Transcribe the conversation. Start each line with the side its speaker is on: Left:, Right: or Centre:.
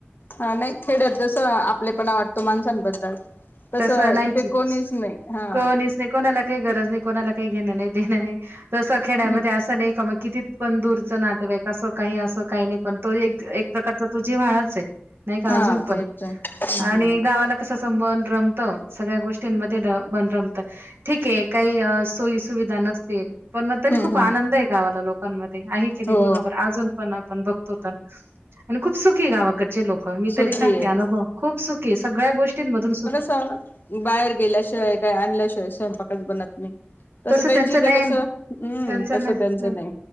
Left: हा नाइ खेड्यात जसं आपलेपना वाटतो माणसांबद्दल तस
Right: तसं नाहीच
Left: इते कोणीच नाही हा
Right: कोणीच नाही कोणाला काही गरज नाही कोणाला काही घेण नाही देणं नाही तसं खेड्यांमध्ये
Left: हम्म
Right: असं नाइ का मग किती पण दूरचं नातेवाइक असो काही असं काही नाही पण तो एक एक प्रकारचा तु जीव्हाळाच आहे नाही का
Left: हा
Right: अजून पण
Left: तेच हम्म
Right: आणि गावाला कसं टंबल रमत सगळ्या गोष्टींमध्ये बन रमत ठीके काही सोयी सुविधा नसतील पण मग तरी
Left: हम्म
Right: खूप
Left: हम्म
Right: आनंद
Left: हम्म
Right: आहे. गावाला लोकांमध्ये आहे की नाही
Left: हो
Right: बघा बर अजून पण आपण बघतो. आणि खूप सुखी गावाकड लोक मी
Left: सुखी
Right: तरी सांगते
Left: आहे
Right: अनुभव खूप सुखी सगळ्या गोष्टींधून
Left: चल बाहेर गेल्याशिवाय काय आणल्याशिवाय स्वयंपाक बनत नाही तसं
Right: तस
Left: त्यांची
Right: त्यांच
Left: ते
Right: नेन
Left: कसं हम्म
Right: त्यांच न
Left: तसं त्यांचं
Right: न
Left: नाही